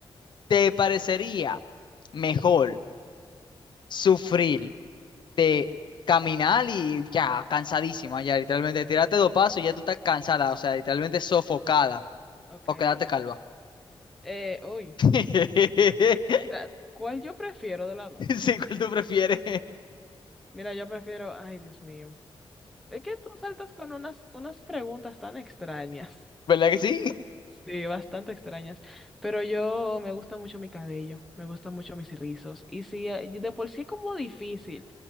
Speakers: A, on the left; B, in the centre.
A: ¿Te parecería mejor sufrir de caminar y ya cansadísima, ya literalmente tirarte dos pasos y ya tú estás cansada, o sea, literalmente sofocada
B: ok.
A: o quedarte calva?
B: Eh, uy,
A: <laughs>
B: ah, ¿cuál yo prefiero de lado?
A: Sí, ¿cuál tú prefieres?
B: Mira, yo prefiero, ay, Dios mío. Es que tú saltas con unas, unas preguntas tan extrañas.
A: <laughs> ¿Verdad que sí?
B: Sí, bastante extrañas. Pero yo me gusta mucho mi cabello, me gustan mucho mis rizos. Y si eh, de por sí es como difícil,